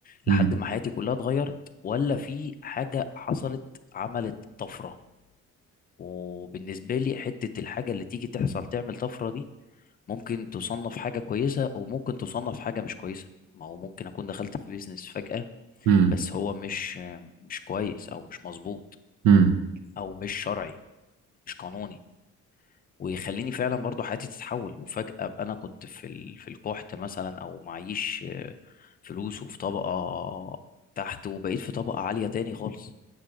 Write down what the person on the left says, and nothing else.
لحد
ما حياتي كلها اتغيرت ولا في حاجة حصلت عملت طفرة وبالنسبة لي حتة الحاجة اللي تيجي تحصل تعمل طفرة دي ممكن تصنف حاجة كويسة وممكن تصنف حاجة مش كويسة ما هو ممكن أكون دخلت في بيزنس فجأة
بس هو مش مش كويس أو مش مظبوط
أو مش شرعي مش قانوني ويخليني فعلا برضو حياتي تتحول وفجأة ابقى انا كنت في ال... في القحط مثلا او معيش آه، فلوس وفي طبقة تحت وبقيت في طبقة عالية تاني خالص